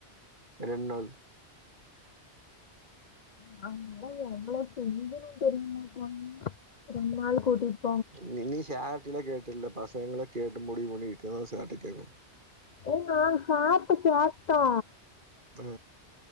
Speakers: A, on the right; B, on the left.
A: ரெண்டு நாள்
B: நான்லா எவ்வளோ கெஞ்சுனே தெரிமா <unintelligible> ரெண் நாள் கூட்டிட்
A: நீ நீ சேர்ட்டில்ல கேட்டுல்ல பசங்கள கேட்டு முடிவு பண்ணிகிட்டுதா சேர்ட்ட கேக்கு
B: ஏ நாங் சார்ட்ட கேட்டோ
A: அ